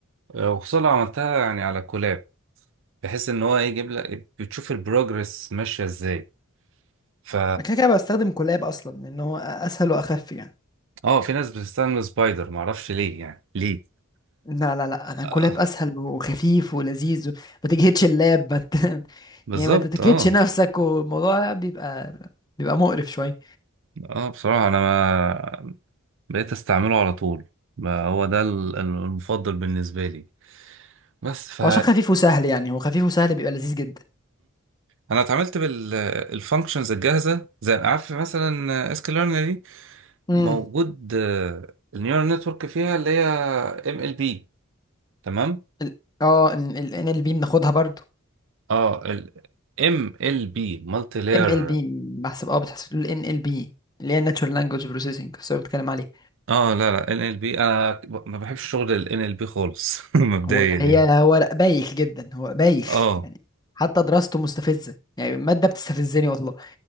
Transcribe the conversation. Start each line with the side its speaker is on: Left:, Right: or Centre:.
Right: آه، وخصوصا لو عملتها يعني على كولاب بحيث ان هو يجيب لك بتشوف البروجرس ماشيه ازاي ف
Left: أنا كده كده بستخدم كولاب أصلا لأن هو أسهل وأخف يعني
Right: اه في ناس بتستخدم سبايدر ما اعرفش ليه يعني ليه
Left: لا لا لا انا
Right: آه
Left: كولاب اسهل وخفيف ولذيذ و... ما تجهدش اللاب ما ت... <laughs>
Right: بالظبط
Left: يعني ما تتكتش
Right: اه
Left: نفسك والموضوع بيبقى بيبقى مقرف شوية
Right: اه بصراحه انا ما بقيت استعمله على طول ما هو ده ال- المفضل بالنسبه لي بس ف
Left: هو عشان خفيف وسهل يعني هو خفيف وسهل بيبقى لذيذ جدا
Right: انا اتعاملت بالفانكشنز الجاهزه زي عارف مثلا اس كيو دي
Left: امم
Right: موجود النيورال نتورك فيها اللي هي ام ال بي تمام
Left: ال- اه ان ال ان ال بي بناخدها برضو
Right: اه ال ام ال بي مالتي لاير
Left: ام ال بي بحسب اه بتحسب ال ان ال بي اللي هي Natural Language Processing بس هو بتكلم عليه
Right: اه لا لا ان ال بي انا ما بحبش شغل الان ال بي خالص <laughs> مبدئيا
Left: هو هي
Right: يعني
Left: هو لا، بايخ جدا هو بايخ
Right: اه
Left: يعني حتى دراسته مستفزة يعني المادة بتستفزني والله